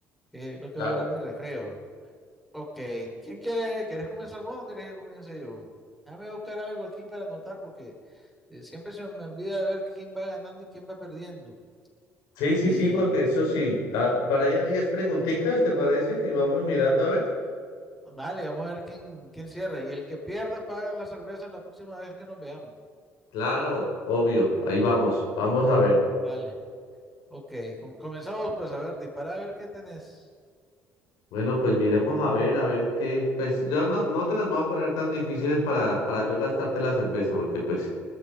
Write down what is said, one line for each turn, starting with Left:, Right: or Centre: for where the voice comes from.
Centre: Que es lo que
Left: Claro.
Centre: va a durar mi recreo. Ok, ¿quién quiere? ¿Querés comenzar vos o querés que comience yo? Déjame buscar algo aquí para anotar porque eh, siempre se me olvida de ver quién va ganando y quién va perdiendo.
Left: Sí, sí,
Centre: Y,
Left: sí, porque eso
Centre: y-
Left: sí. Ah, para allá 10 preguntitas, ¿te parece? Y vamos mirando a ver.
Centre: vale, vamos a ver quién, quién cierra. Y el que pierda paga la cerveza la próxima vez que nos veamos.
Left: Claro, obvio, ahí vamos, vamos a ver.
Centre: Vale, ok, com- comenzamos pues a ver, dispara a ver qué tenés.
Left: Bueno, pues miremos a ver, a ver qué. Pues yo no, no te las voy a poner tan difíciles para, para yo gastarte la cerveza, porque pues